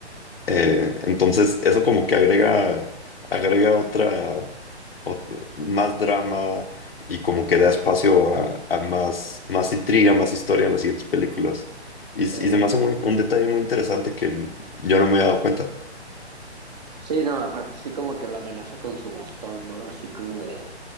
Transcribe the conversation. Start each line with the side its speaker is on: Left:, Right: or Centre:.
Left: Eh, entonces, eso como que agrega, agrega otra, ot- más drama y como que da espacio a, a más, más intriga, más historia en las siguientes películas. Y, s-
Right: Eh,
Left: y se me hace muy- un detalle muy interesante que yo no me había dado cuenta.
Right: sí, no, aparte sí como que lo amenaza con su bastón, ¿no? Así como de